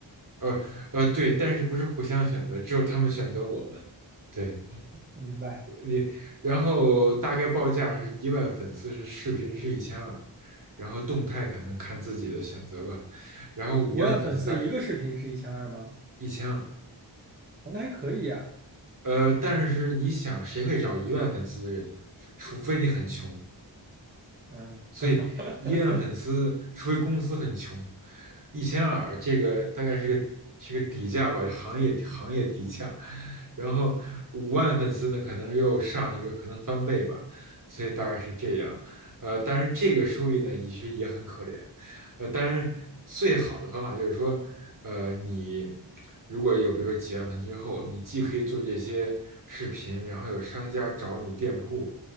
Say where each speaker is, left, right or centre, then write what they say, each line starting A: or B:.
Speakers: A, on the right; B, on the right.
A: 呃呃，对，但是不是互相选择，只有他们选择我们。对
B: <laughs> 明白，
A: 你，然后大概报价是一万粉丝是视频是一千二，然后动态可能看自己的选择吧，然后五万粉丝大概
B: 一万粉丝一个视频是一千二吗？
A: 一千二。
B: 哦，那还可以呀、
A: 呃，但是你想，谁会找一万粉丝的人呢？除非你很穷。
B: 嗯，
A: 所以医万粉丝，
B: <laughs>
A: 除非公司很穷，一千二这个大概是个是个底价吧，行业行业底价。然后五万粉丝呢，可能又上一个，可能翻倍吧，所以大概是这样。呃，但是这个收益呢，其实也很可怜。呃，当然最好的方法就是说，呃，你如果有比如说几万粉丝之后，你既可以做这些视频，然后有商家找你店铺，